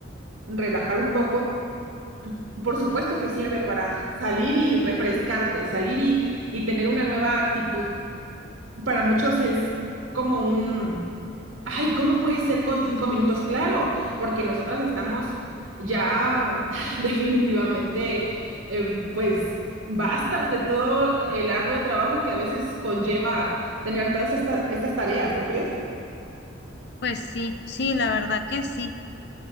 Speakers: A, on the right (about 70°); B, on the left (about 60°).
A: relajar un poco por supuesto que sirve para salir y refrescarte, salir y, y tener una nueva actitud. Para muchos es como un, ay, ¿cómo puede ser con cinco minutos? Claro, porque nosotras estamos ya <laughs> definitivamente, eh, pues, bastas de todo el arduo trabajo que a veces conlleva tener todas estas, estas tareas, ¿no crees?
B: Pues sí, sí, la verdad que sí.